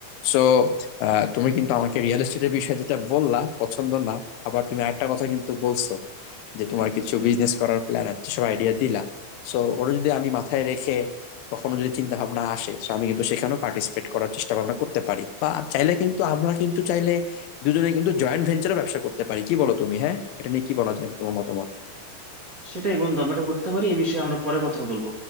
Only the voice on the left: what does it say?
সো তুমি কিন্তু আমাকে রিয়েল এস্টেটের বিষয়ে যেটা বললা পছন্দ না আবার তুমি আরেকটা কথা কিন্তু বলছো যে তোমার কিছু বিজনেস করার প্ল্যান আছে সব আইডিয়া দিলা সো ওরা যদি আমি মাথায় রেখে কখনো যদি চিন্তা ভাবনা আসে তো আমি কিন্তু সেখানেও পার্টিসিপেট করার চেষ্টা ভাবনা করতে পারি বা আম- চাইলে কিন্তু আমরা কিন্তু চাইলে দুজনে কিন্তু জয়েন্ট ভেঞ্চারও ব্যবসা করতে পারি কি বলো তুমি হ্যাঁ এটা নিয়ে কি বলা যায় তোমার মতামত